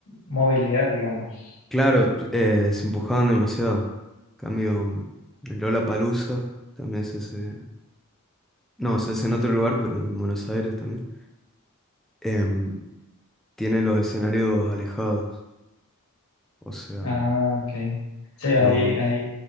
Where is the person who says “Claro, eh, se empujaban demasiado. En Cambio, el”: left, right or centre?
Centre